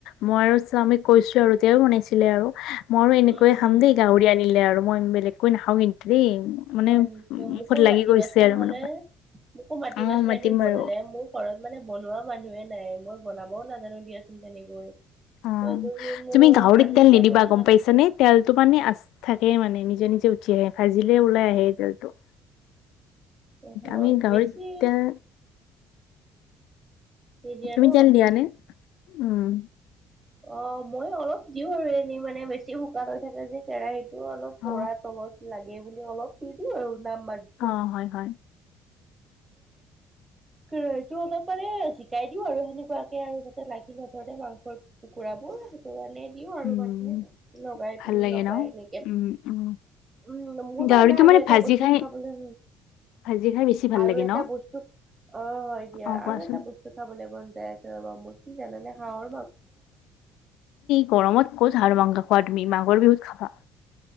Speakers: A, on the left; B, on the right.
A: মই আৰু স্বামীক কৈছো আৰু তেওঁক শুনাইছিলে আৰু। ময়ো এনেকৈ
B: উম
A: খাম
B: উম
A: দেই গাহৰি আনিলে আৰু মই বেলেগকৈ নাখাওঁ কিন্তু দেই। মানে
B: হয় নে।
A: মুখত
B: মোকো
A: লাগি
B: মাতিবাচোন
A: গৈছে আৰু
B: নহ'লে
A: মানে
B: মোকো মাতিবাচোন
A: অ মাতিম
B: এদিন
A: বাৰু
B: বনালে মোক ঘৰৰত। মানে বনোৱা মানুহে নাই। মই বনাবও নাজানো দিয়াচোন তেনেকৈ।
A: অ
B: ত মোক
A: তুমি গাহৰিত
B: আনিলে
A: তেল নিদিবা।
B: বনালে
A: গ'ম পাইছানে
B: মাতিবা
A: তেলটো মানে আছ। থাকেই মানে নিজে নিজে উঠি আহে। ভাজিলে ওলাই আহে তেলটো।
B: নহয়
A: আমি গাহৰিত
B: বেছি
A: তেল।
B: দি দিয়ে
A: তুমি
B: ন।
A: তেল দিয়া নে উম।
B: অ মই অলপ দিওঁ, আৰু এনেই মানে বেছি শুকান হৈ থাকে। যে কেৰাহীত টো অলপ
A: অ
B: পোৰা তলত লাগে বুলি অলপ দি দিওঁ আৰু। নাম মাতো।
A: অ হয় হয়
B: এইটো অলপ মানে জিকাই দিও আৰু সেনেকুৱাকে আৰু যাতে লাগি নধৰে মাংস। টুকুৰাবোৰ সেই মে দিও আৰু
A: উম
B: মানে লগাই
A: ভাল
B: প
A: লাগে
B: লগাই
A: ন
B: এনেকে।
A: উম উম
B: উম মোৰ বা
A: গাহৰিটো
B: নাই আৰু
A: মানে
B: এটা
A: ভাজি
B: বস্তু
A: খাই
B: খাবলৈ।
A: ভাজি খাই বেছি ভাল
B: আৰু
A: লাগে
B: এটা
A: ন
B: বস্তু অ হয় দিয়া
A: অ কোৱাচোন
B: আৰু এটা বস্তু খাবলে মন। <unintelligible> কি জানে খাৰ
A: গৰমত ক'ত হাৰ মাংস খোৱা তুমি মাঘৰ বিহুত খাবা।